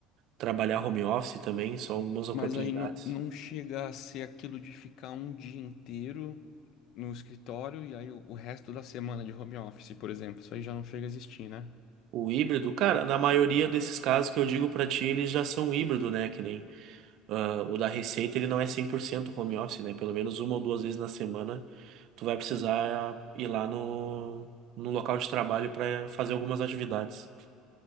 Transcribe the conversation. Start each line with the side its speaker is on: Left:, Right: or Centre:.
Right: trabalhar home office também, são algumas oportunidades.
Left: Mas aí não, não chega a ser aquilo de ficar um dia inteiro no escritório e aí o, o resto da semana de home office, por exemplo. Isso aí já não chega a existir, né?
Right: O híbrido, cara, na maioria desses casos que eu digo pra ti, eles já são híbrido, né? Que nem ah, o da Receita, ele não é 100% home office, né? Pelo menos uma ou duas vezes na semana, tu vai precisar ir lá no, no local de trabalho pra fazer algumas atividades.